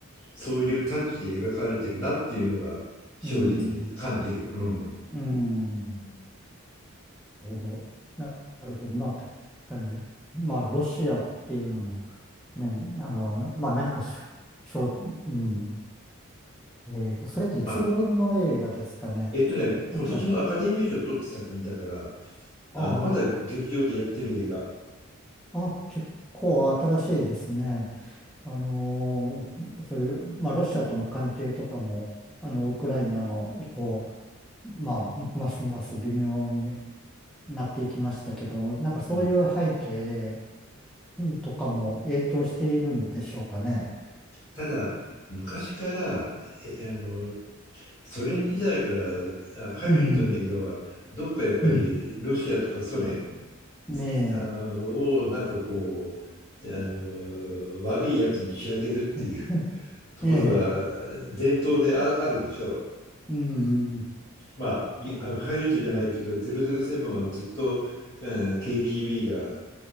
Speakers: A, on the left; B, in the centre.
A: そういうタッチで描かれてるなっていうのが正直感じる。
B: うん、
A: うん
B: うん、なるほど。ななるほど。まあ、確かに。まあ、ロシアっていうのも、ね、あの、まあ、何かしょ、しょう、うん、えっと、それっていつ頃の映画ですかね。
A: まあ、えっとね、今年のアカデミー賞を取った作品だから、
B: なんか、
A: あのまだ劇場でやってる映画。
B: ああ、あ、結構新しいですね。あのーそういう、まあ、ロシアとの関係とかも、あの、ウクライナの以降、まあ、ますます微妙になっていきましたけど、なんかそういう背景
A: うん。
B: うんとかも影響しているんでしょうかね。
A: ただ、昔から、えあの、ソ連時代からあハリウッドの映画は、
B: うん、
A: どっかやっぱりロシアとかソ連、
B: うん、ね
A: あをなんかこう、あの、悪いやつに仕上げるっていう
B: え、<laughs>
A: ところが
B: ええ、
A: 伝統であ、あるでしょう。
B: うん。
A: まあ、
B: ああ、
A: ハリウッドじゃないけど、
B: はい。
A: 007はずっと、うん、KGB が